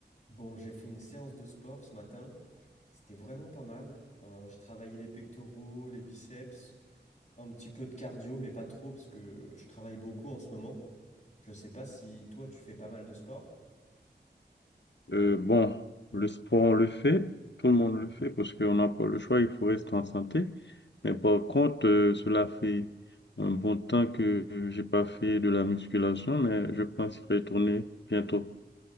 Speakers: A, on the left (about 40°); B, on the left (about 80°).
A: Bon, j'ai fait une séance de sport ce matin. C'était vraiment pas mal. Euh, je travaillais les pectoraux, les biceps, un petit peu de cardio, mais pas trop parce que je travaille beaucoup en ce moment. Je sais pas si toi tu fais pas mal de sport.
B: Euh, bon, le sport, on le fait, tout le monde le fait parce qu'on n'a pas le choix, il faut rester en santé. Mais par contre, euh, cela fait un bon temps que euh, j'ai pas fait de la musculation, mais je pense retourner bientôt.